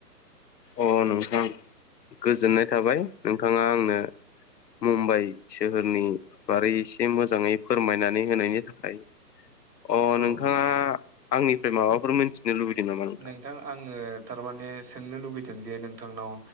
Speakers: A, on the left; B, on the right.
A: अ नोंथां गोजोननाय थाबाय नोंथाङा आंनो मुम्बाइ सोहोरनि बारै एसे मोजाङै फोरमायनानै होनायनि थाखाय। अ
B: औ
A: नोंथाङा
B: नोंथां
A: आंनिफ्राय माबाफोर मोनथिनो लुबैदों नामा नोंथाङा
B: नोंथां आङो थारमाने सोंनो लुबैदों जे नोंथांनाव